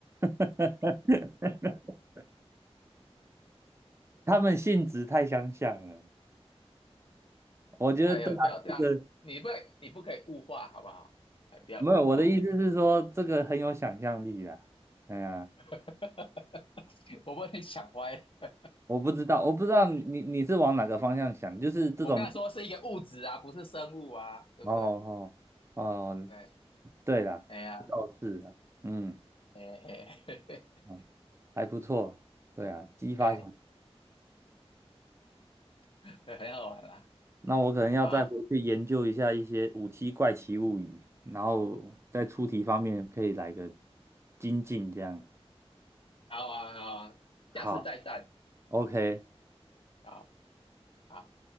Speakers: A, on the right; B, on the left.
A: <laughs> 他们性质太相像了。我觉得对啊，
B: 哎 <laughs> 哎呦，不要这样，
A: 这个
B: 你不你不可以物化好不好？哎，不要物化，
A: 没有我的意思是说，
B: 哎
A: 这个很有想象力啦。哎呀，
B: <laughs> 我被你想歪了
A: 我不知道，我不知道你你你是往哪个方向想，就是这种
B: 我刚才说是一个物质啊，不是生物啊，对不对？
A: 哦哦哦，哦
B: 对，
A: 对啦，
B: 哎呀。
A: 倒是啊，嗯，
B: 哎嘿嘿嘿嘿，
A: 嗯还不错，对啊，激发想
B: 哎，<laughs> 很好玩啦。
A: 那我可能要再回去研究一下一些《五七怪奇物语》，
B: 好，
A: 然后在出题方面可以来个精进，这样。
B: 好啊，好啊，
A: 好
B: 下次再战。
A: ，OK，
B: 好，好。